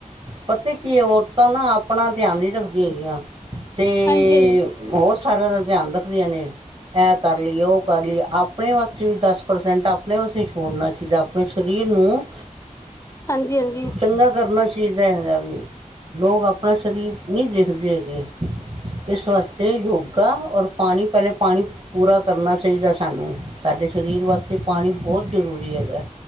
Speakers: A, on the right (about 40°); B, on the left (about 20°).
A: ਪਤਾ ਕੀ ਔਰਤਾਂ ਨਾ ਆਪਣਾ ਧਿਆਨ ਨੀ ਰੱਖਦੀ ਹੈਗੀਆਂ। ਤੇ
B: ਹਾਂਜੀ
A: ਹੋਰ ਸਾਰਿਆਂ ਦਾ ਧਿਆਨ ਰੱਖਦੀਆਂ ਨੇ, ਇਹ ਕਰ ਲਈਏ, ਉਹ ਕਰ ਲਈਏ, ਆਪਣੇ ਵਾਸਤੇ ਵੀ ਦਸ ਪ੍ਰਸੈਂਟ, ਆਪਣੇ ਵਾਸਤੇ ਛੋੜਨਾ ਚਾਹੀਦਾ। ਆਪਣੇ ਸਰੀਰ ਨੂੰ
B: ਹਾਂਜੀ, ਹਾਂਜੀ।
A: ਚੰਗਾ ਕਰਨਾ ਚਾਹੀਦਾ ਹੈਗਾ ਵੀ, ਲੋਕ ਆਪਣਾ ਸਰੀਰ ਨਈ ਦੇਖਦੇ ਹੇਗੇ, ਇਸ ਵਾਸਤੇ ਯੋਗਾ ਔਰ ਪਾਣੀ ਪਹਿਲੇ ਪਾਣੀ ਪੂਰਾ ਕਰਨਾ ਚਾਹੀਦਾ ਸਾਨੂੰ, ਸਾਡੇ ਸਰੀਰ ਵਾਸਤੇ ਪਾਣੀ ਬਹੁਤ ਜ਼ਰੂਰੀ ਹੈਗਾ।